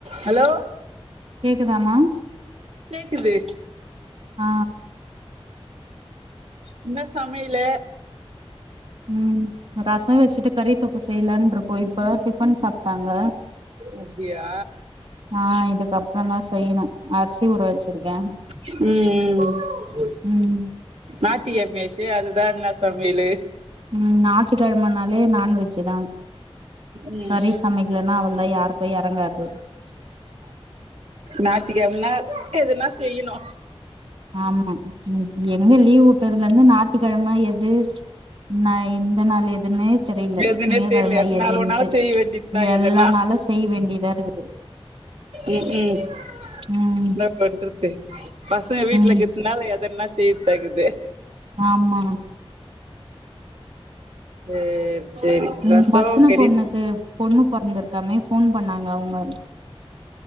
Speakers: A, on the right (about 80°); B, on the right (about 65°).
A: hello
B: கேக்குதாமா
A: கேக்குது
B: ஆ
A: இன்னா சமைய்லு
B: ம் ரசோ வச்சுட்டு கறி தொக்கு செய்யலான்னு இருக்கோ இப்பதா டிபன் சாப்டாங்க
A: அப்படியா
B: ஆ இதுக்கப்பறோ தா செய்யிணு அர்சி ஊற வச்சிருக்கே
A: ம் ம்
B: ம் ம்
A: ஞாத்திக்கெழமையாச்சே அதுதா இன்னா சமையலு
B: ம் ஞாத்திக்கெழமனாலே நான்வெ ஜ்ஜி தா
A: ம்
B: கறி சமைக்கலன்னா அவ்ளதா யாருக்கு இறங்காது
A: ஞாத்திக்கெழம்னா எதுனா செய்யணு
B: ஆமா ம் எங்க லீவ் உட்டதுலருந்து ஞாத்திக்கெழம எது நா இந்த நாள் எதுன்னு தெரியில
A: எதுனே
B: திங்க
A: தெரியல
B: கெழம
A: எதனால
B: எதுன்ட்டு
A: ஒன்னாலும் செய்ய வேண்டியதுதான்
B: எல்லா
A: எதனா
B: நாளு செய்ய வேண்டியதா இருக்குது
A: ம்ஹ்ம்
B: ம்
A: <unintelligible> பண்றது பசங்க வீட்டுல இருக்குறதுனால
B: ம்
A: எதல்லா செய்யதாக்குது
B: ஆமாங்க
A: செர் செரி
B: ம்
A: ரசோ
B: மச்சின
A: கறிச்
B: பொண்ணுக்கு பொண்ணு பொறந்திருக்காமே ஃபோன் பண்ணாங்க அவுங்க